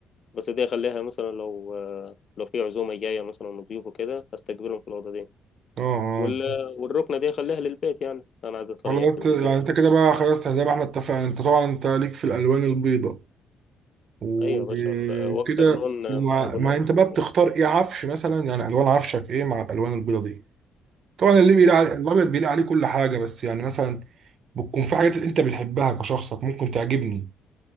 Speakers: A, on the left; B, on the right.
A: بس دي اخليها مثلا لو آه لو في عزومه جايه مثلا وضيوف وكده هستقبلهم في الاوضه دي
B: اه اه
A: وال والركنه دي اخليها للبيت يعني انا عايز اتفرج
B: والله
A: على التلفزيون
B: انت يعني انت كده بقى خلاص زي ما احنا اتفقنا انت طبعا انت ليك في الالوان البيضاء وكده
A: ايوه يا باشا ال- واكسر لون
B: وما
A: معاه بني
B: ما
A: محروق
B: انت بقى
A: مثلا
B: بتختار ايه عفش مثلا يعني الوان عفشك ايه مع الالوان البيضاء دي طبعا اللي بيلاقي عليه الابيض بيلاقي عليه كل حاجه بس يعني مثلا بتكون في حاجات انت بتحبها كشخصك ممكن تعجبني